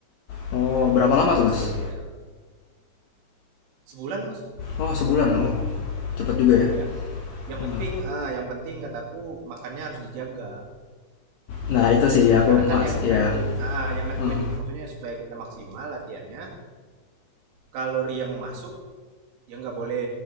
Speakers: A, on the left (about 85°); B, on the right (about 75°).
A: Oh, berapa lama
B: berhasil
A: tuh, Mas?
B: sebulan mas
A: Oh, sebulan. Oh, cepet juga ya.
B: iya yang
A: Hmm.
B: penting ah yang penting kataku makannya harus dijaga
A: Nah, itu sih aku
B: karena kan
A: Mas
B: yang
A: ya.
B: nentuin ah yang nentuin
A: Hmm.
B: maksudnya supaya kita maksimal latihannya kalori yang masuk ya nggak boleh